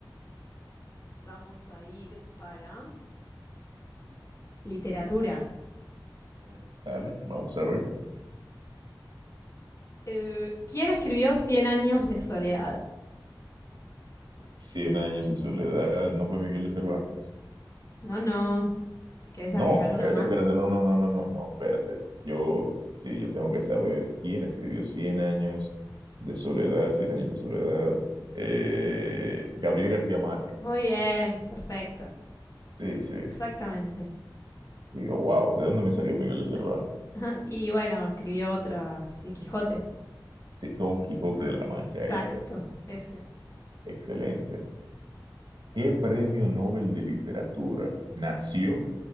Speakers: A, on the left; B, on the right.
A: vamos a ir para literatura.
B: <laughs> Dale, vamos a ver.
A: Eh, ¿Quién escribió Cien años de soledad?
B: Cien años de soledad, no fue Miguel de Cervantes.
A: No, no. ¿Querés
B: No,
A: arriesgar
B: espérate,
A: una más?
B: espérate, no, no, no, no, no, no, espérate. Yo, sí, yo tengo que saber quién escribió Cien años de soledad, Cien años de soledad. Eh, Gabriel García Márquez.
A: Muy bien, perfecto.
B: Sí, sí,
A: Exactamente.
B: sí, oh, wow, ¿de dónde me salió Miguel de Cervantes?
A: No. <laughs> Y bueno, escribió otras. El Quijote.
B: Sí, Don Quijote de la Mancha,
A: Exacto,
B: esa.
A: ese.
B: Excelente. ¿Qué premio Nobel de literatura nació